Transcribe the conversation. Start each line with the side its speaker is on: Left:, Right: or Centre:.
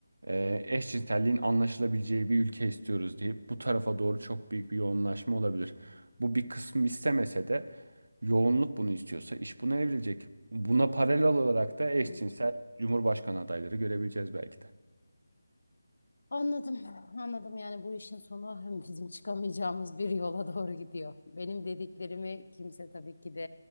Right: e, eşcinselliğin anlaşılabileceği bir ülke istiyoruz deyip bu tarafa doğru çok büyük bir yoğunlaşma olabilir. Bu bir kısmı istemese de yoğunluk bunu istiyorsa iş buna evrilecek. Buna paralel olarak da eşcinsel
Left: Anladım.
Right: cumhurbaşkanı adayları görebileceğiz belki de.
Left: Anladım, anladım yani bu işin sonu <laughs> bizim çıkamayacağımız bir yola doğru gidiyor. Benim dediklerimi kimse tabii ki de